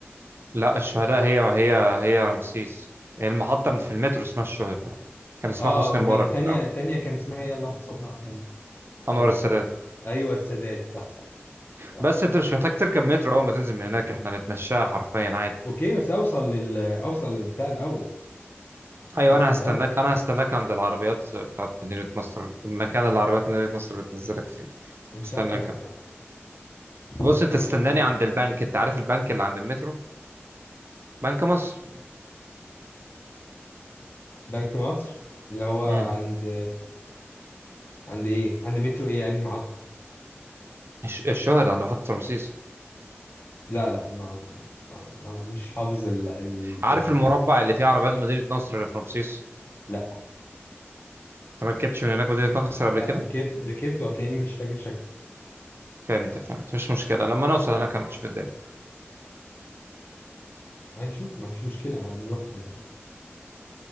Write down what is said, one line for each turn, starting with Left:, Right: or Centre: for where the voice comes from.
Right: لا الشهداء هي هي هي رمسيس يعني المحطة من في المترو اسمها الشهداء كان اسمها
Left: اه
Right: حسني
Left: امال
Right: مبارك
Left: التانية
Right: في الأول
Left: التانية كان اسمها ايه اللهم صل على النبي
Right: أنور
Left: آه، بتاعت
Right: السادات
Left: ايوه السادات صح صح صح.
Right: بس أنت مش محتاج تركب مترو أول ما تنزل من هناك إحنا هنتمشاها حرفيا عادي
Left: اوكي بس اوصل لل اوصل للبتاع الاول
Right: أيوة
Left: لوسط
Right: أنا هستناك
Left: البلد
Right: أنا هستناك عند العربيات بتاعت مدينة نصر المكان اللي عربيات مدينة نصر بتنزلك فيه
Left: مش
Right: هستناك
Left: هركب
Right: أنا. بص
Left: مدينة
Right: أنت استناني
Left: نصر
Right: عند البنك أنت عارف البنك اللي عند المترو بنك مصر
Left: بنك مصر اللي هو عند
Right: امم
Left: عند ايه عند مترو ايه يعني محطة
Right: الش- الشهداء عند محطة رمسيس
Left: لا لا ما, ما, ما مش حافظ ال... ال...
Right: عارف
Left: ال...
Right: المربع اللي فيه عربيات مدينة نصر اللي في رمسيس
Left: لا
Right: أنت ما ركبتش من هناك مدينة نصر قبل
Left: لا
Right: كده
Left: ركبت ركبت وهتلاقيني مش فاكر شكل
Right: فهمت فهمت مش مشكلة لما نوصل هناك هنشوف الدنيا
Left: هنشوف ما فيش مشكلة هنروح ن...